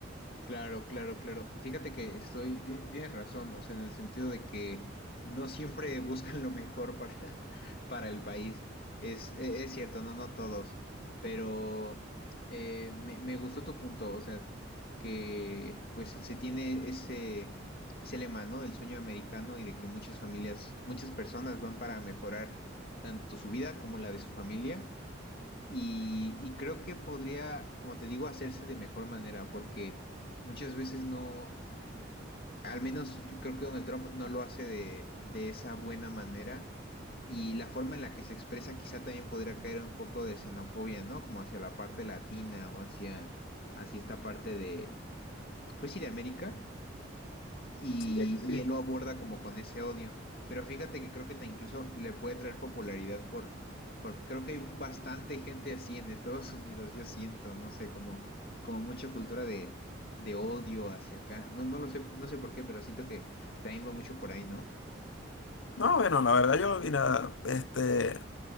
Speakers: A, on the left; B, on the left.
A: Claro, claro, claro. Fíjate que estoy, ti- tienes razón, o sea, en el sentido de que no siempre buscan lo mejor para, <laughs> para el país. Es, e- es cierto, no, no todos, pero eh, me, me gustó tu punto, o sea, que pues se tiene ese, ese lema, ¿no? Del sueño americano y de que muchas familias, muchas personas van para mejorar tanto su vida como la de su familia. Y, y creo que podría, como te digo, hacerse de mejor manera, porque muchas veces no, al menos yo creo que Donald Trump no lo hace de, de esa buena manera, y la forma en la que se expresa quizá también podría caer un poco de xenofobia, ¿no? Como hacia la parte latina o hacia, hacia esta parte de, pues sí, de América. Y,
B: Sí.
A: y él lo aborda como con ese odio. Pero fíjate que creo que te incluso le puede traer popularidad por, porque creo que hay bastante gente así en Estados <laughs> Unidos, yo siento, no sé, como, como mucha cultura de, de odio hacia acá. No, no lo sé, no sé por qué, pero siento que, que también va mucho por ahí, ¿no?
B: No, bueno, la verdad yo, mira, este,